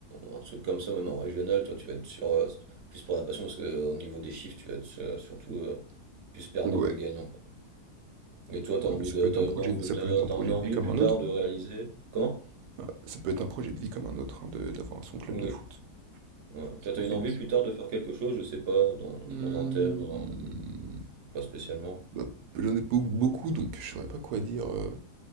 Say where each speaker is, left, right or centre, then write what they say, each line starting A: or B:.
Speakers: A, on the right; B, on the right.
A: un truc comme ça, même en régional, toi tu vas être sur euh, plus pour la passion, parce que euh, au niveau des chiffres tu vas être euh, surtout euh, plus perdant
B: Ouais,
A: que gagnant. Et toi, t'as
B: ouais,
A: envie
B: mais ça
A: de,
B: peut être
A: t'as
B: un projet,
A: une envie,
B: de- ça
A: t'as,
B: peut être un
A: t'as
B: projet
A: une envie
B: de vie comme
A: plus
B: un
A: tard
B: autre.
A: de réaliser. Comment?
B: Ouais, Ça peut être un projet de vie comme un autre, hein, de- d'avoir son club
A: Oui.
B: de foot.
A: Ouais.
B: C'est
A: Toi,
B: ton
A: t'as
B: feeling.
A: une envie plus tard de faire quelque chose, je sais pas, dans,
B: Hmm,
A: dans un thème, dans un- pas spécialement.
B: bah, j'en ai pas eu beaucoup, donc je saurais pas quoi dire. euh,